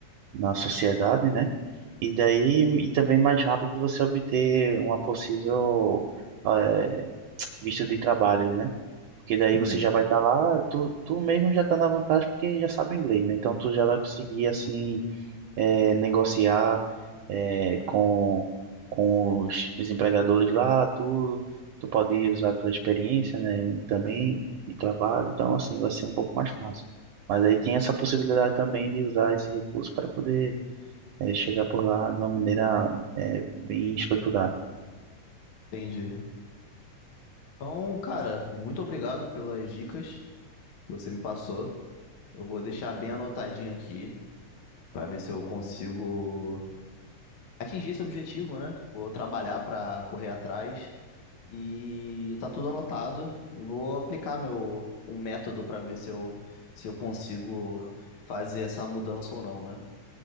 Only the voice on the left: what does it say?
Uhum.
Entendi. Então, cara, muito obrigado pelas dicas que você me passou. Eu vou deixar bem anotadinho aqui pra ver se eu consigo atingir esse objetivo, né? Vou trabalhar para correr atrás e tá tudo anotado e vou aplicar meu um método para ver se eu se eu consigo fazer essa mudança ou não, né?